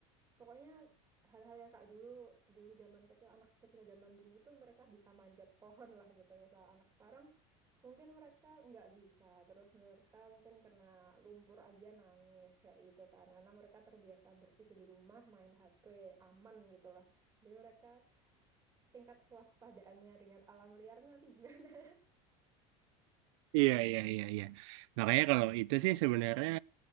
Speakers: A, on the right; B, on the right.
A: Pokoknya hal-hal yang kak dulu dulu zaman kecil anak kecil zaman dulu tuh mereka bisa manjat pohon lah gitu misal anak sekarang mungkin mereka nggak bisa terus mereka mungkin kena lumpur aja nangis ya gitu kan karena mereka terbiasa bersih di rumah main HP aman gitu lah jadi mereka tingkat kewaspadaannya dengan alam liarnya nanti gimana
B: Iya, iya, iya, iya. Makanya kalau itu sih sebenarnya